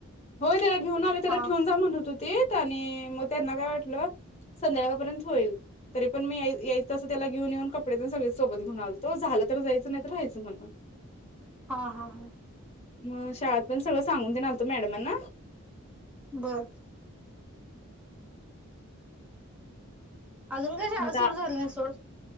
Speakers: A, on the left; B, in the centre.
A: होय.. त्याला घेऊन आले त्याला
B: हा
A: ठेवून जा म्हण होत हो ते आणि मग त्यांना काय वाटलं संध्याकाळपर्यंत होईल. तरी पण मी यायचं असं त्याला घेऊन येऊन कपडे सगळे सोबत घेऊन आलो झालं तर जायचं नाही तर राहायचं म्हणून.
B: हा हा हा
A: मग शाळात पण सगळं सांगून देणार तो मॅडमांना
B: बरं अजून काय शाळा
A: मग
B: सुरू
A: आता
B: झालं ना सोड.